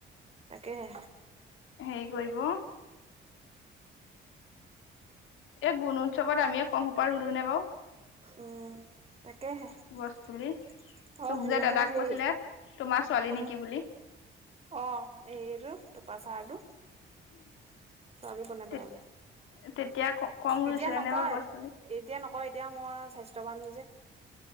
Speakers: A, on the right; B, on the left.
A: তাকেহে
B: হেৰি কৰিব এই গুণোৎসৱত আমি সোপা ৰুলো নে বাৰু।
A: উম' তাকেহে অ'
B: গছ পুলি তোক
A: সন্ধিয়া
B: যে দাদাক
A: সময়ত হেইৰি
B: কৈছিলে তোমাৰ ছোৱালী নেকি
A: <unintelligible>
B: বুলি।
A: অ' এইৰটো টোপা চাহটো ছোৱালী বনাই
B: তেতিয়া
A: পেলালে
B: কম
A: এতিয়া
B: ৰুইছিলে
A: নকয়
B: নাই বাৰু গছ-পুলি
A: এতিয়া নকওঁ এতিয়া মই স্বাস্থ্যৱান যে।